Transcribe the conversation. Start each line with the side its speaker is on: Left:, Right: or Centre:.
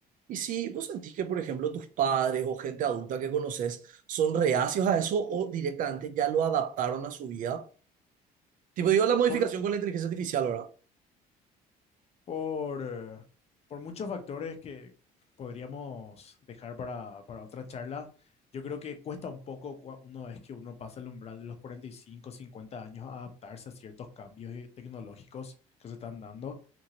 Right: Y si vos sentís que, por ejemplo, tus padres o gente adulta que conoces son reacios a eso o directamente ya lo adaptaron a su vida, tipo digo la modificación
Left: Por,
Right: con la inteligencia artificial, ¿verdad?
Left: por, eh, por muchos factores que podríamos dejar para, para otra charla. Yo creo que cuesta un poco cua- una vez que uno pasa el umbral de los 45, cincuenta años a adaptarse a ciertos cambios eh, tecnológicos que se están dando,